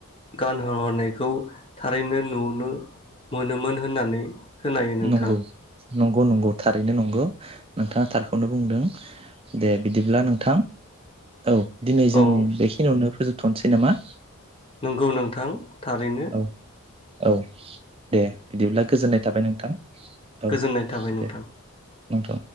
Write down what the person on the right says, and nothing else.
नंगौ
नंगौ नंगौ थारैनो नंगौ नोंथाङा थारखौनो बुंदों। दे बिदिब्ला नोंथां औ दिनै जों
बेखिनियावनो फोजोब थनोसै नामा?
औ औ। दे बिदिब्ला गोजोननाय थाबाय नोंथां औ
दे। नोंथ'।